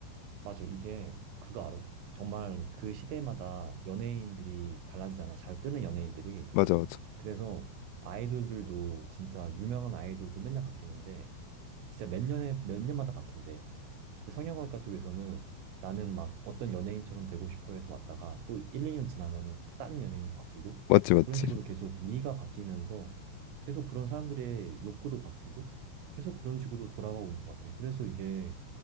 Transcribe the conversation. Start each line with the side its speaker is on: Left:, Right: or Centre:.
Right: 맞아. 이게 그거 알아. 정말 그 시대마다 연예인들이 달라지잖아. 잘 뜨는 연예인들이.
Left: 맞아 맞아
Right: 그래서 아이돌들도 진짜 유명한 아이돌도 맨날 바뀌는데 진짜 몇 년에 몇 년마다 바뀐대. 그 성형외과 쪽에서는 나는 막 어떤 연예인처럼 되고 싶어 해서 왔다가 또 1, 2년 지나면은 또 다른 연예인으로 바뀌고
Left: 맞지 맞지
Right: 그런 식으로 계속 미가 바뀌면서 계속 그런 사람들의 욕구도 바뀌고 계속 그런 식으로 돌아가고 있는 것 같아. 그래서 이게